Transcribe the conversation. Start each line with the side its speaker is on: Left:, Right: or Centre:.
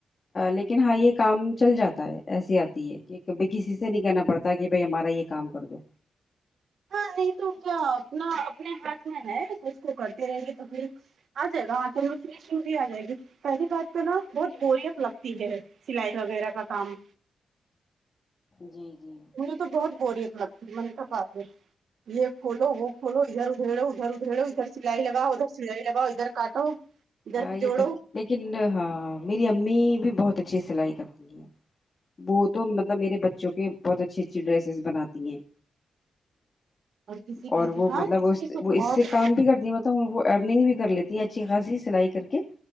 Left: لیکن ہاں یہ کام چل جاتا ہے ایسی اتی ہے کہ کبھی کسی سے نہیں کہنا پڑتا کہ بھائی ہمارا یہ کام کر دو
Right: ہاں نہیں تو کیا اپنا اپنے ہاتھ میں ہے اس کو کرتے رہیے تو پھر اجائے گا ہاںچل میں اجائے گی پہلی بات تو نا بہت بوریت لگتی ہے سلائی وغیرہ کا کام
Left: جی جی
Right: مجھے تو بہت بوریت لگتی میں نے کہا باپرے یہ کھولو وہ کھولو ادھر ادھیڑو ادھر ادھریڑو ادھر سلائی لاگاو ادھر سلائی لاگاو ادھر کاٹو
Left: ہاں یہ
Right: جوڑو
Left: تو لیکن ہاں میری امی بھی بہت اچھی سلائی کرتی ہیں بوت تو مطلب میرے بچوں کے بہت اچھی اچھی ڈریسز بناتی ہیں
Right: اور کسی کی
Left: اور وہ
Right: ہاں
Left: مطلب
Right: کسی
Left: وہ
Right: کی تو بہت
Left: اس سے کام بھی کرتی مت وہ ارننگ بھی کر لیتی ہیں اچھی خاصی سلائی کر کے